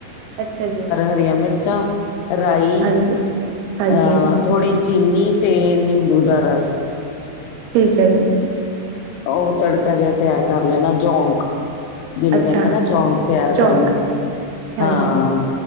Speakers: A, on the right (about 85°); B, on the left (about 85°).
A: ਅੱਛਾ ਜੀ।
B: ਹਰੀਆਂ ਮਿਰਚਾਂ ਰਾਈ
A: ਹਾਂਜੀ, ਹਾਂਜੀ
B: ਅਹ ਥੋੜੀ। ਚੀਨੀ ਤੇ ਨਿੰਬੂ ਦਾ ਰਸ।
A: ਠੀਕ ਹੈ ਜੀ।
B: ਉਹ ਤੜਕਾ ਜਿਹਾ ਤਿਆਰ ਕਰ ਲੈਣਾ ਝੋਂਕ। ਜਿਹਨੂੰ
A: ਅੱਛਾ
B: ਕਹਿੰਦੇ ਨਾ ਝੋਂਕ ਤਿਆਰ
A: ਚੌਕ
B: ਕਰਨੀ
A: ਹਾਂਜੀ,
B: ਹਾਂ।